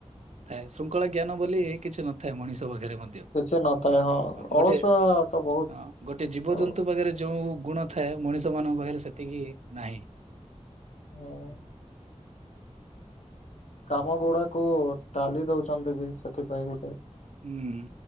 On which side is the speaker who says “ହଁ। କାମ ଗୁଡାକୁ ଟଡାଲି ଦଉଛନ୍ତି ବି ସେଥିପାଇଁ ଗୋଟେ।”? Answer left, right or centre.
Left